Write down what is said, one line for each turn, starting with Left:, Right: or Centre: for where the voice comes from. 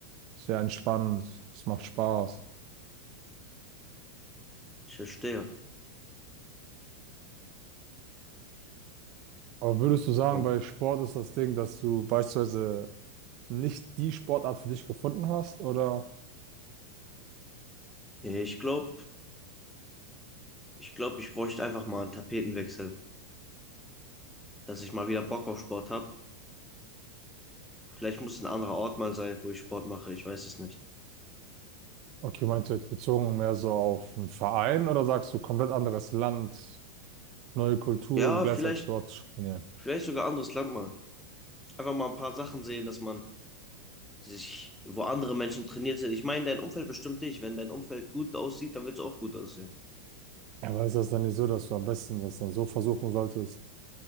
Right: sehr entspannend, es macht Spaß.
Centre: Ich verstehe.
Right: Aber würdest du sagen,
Centre: Und,
Right: bei Sport ist das Ding, dass du beispielsweise nicht die Sportart für dich gefunden hast? Oder,
Centre: nee, ich glaube, ich glaube, ich bräuchte einfach mal einen Tapetenwechsel, dass ich mal wieder Bock auf Sport habe Vielleicht muss ein anderer Ort mal sein, wo ich Sport mache. Ich weiß es nicht.
Right: okay, meinst du jetzt bezogen mehr so auf einen Verein oder sagst du komplett anderes Land, neue Kultur
Centre: Ja,
Right: und gleichzeitig
Centre: vielleicht,
Right: dort zu trainieren?
Centre: vielleicht sogar anderes Land mal. Einfach mal ein paar Sachen sehen, dass man sich, wo andere Menschen trainiert sind. Ich meine, dein Umfeld bestimmt dich. Wenn dein Umfeld gut aussieht, dann willst du auch gut aussehen.
Right: Ja, aber ist das dann nicht so, dass du am besten das dann so versuchen solltest,